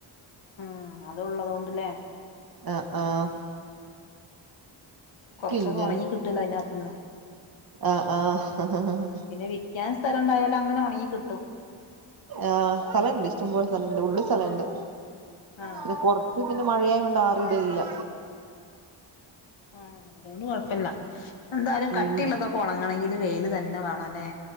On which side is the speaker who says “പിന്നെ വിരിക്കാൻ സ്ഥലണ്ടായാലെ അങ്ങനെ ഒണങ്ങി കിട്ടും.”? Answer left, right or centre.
Left